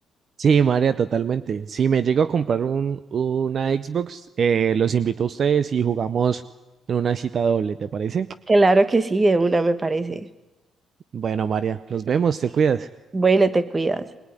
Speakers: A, on the right; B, on the right.
A: Sí, María, totalmente. Si me llego a comprar un, una Xbox, eh, los invito a ustedes y jugamos en una cita doble, ¿te parece?
B: Claro que sí, de una me parece.
A: Bueno, María, nos vemos, te cuidas.
B: Bueno, te cuidas.